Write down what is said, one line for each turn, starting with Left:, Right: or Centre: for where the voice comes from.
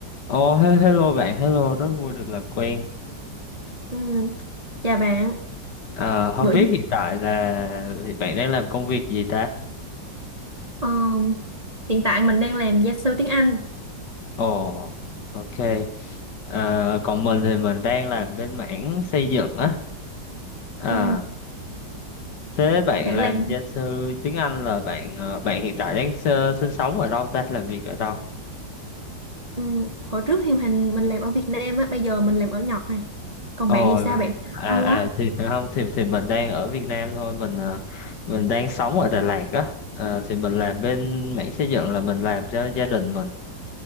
Left: Ồ, he- hello bạn, hello, rất vui được làm quen.
Right: Ừ, chào bạn.
Left: À, không
Right: Bữa
Left: biết hiện tại là thì bạn đang làm công việc gì ta?
Right: ờ, hiện tại mình đang làm gia sư tiếng Anh.
Left: Ồ, ok. À, còn mình thì mình đang làm bên mảng xây dựng á. À,
Right: Ừ,
Left: thế bạn
Right: bạn
Left: làm
Right: làm
Left: gia sư tiếng Anh là bạn ờ, bạn hiện tại đang sơ- sinh sống ở đâu ta? Làm việc ở đâu?
Right: ừ, hồi trước thì hình mình làm ở Việt Nam á, bây giờ mình làm ở Nhật nè. Còn
Left: Ồ
Right: bạn thì sao?
Left: là
Right: Bạn làm ở
Left: à
Right: đâu
Left: à
Right: á?
Left: thì không thì thì mình đang ở Việt Nam thôi, mình ờ, mình đang sống ở Đà Lạt á. À, thì mình làm bên mảng xây dựng là mình làm cho gia đình mình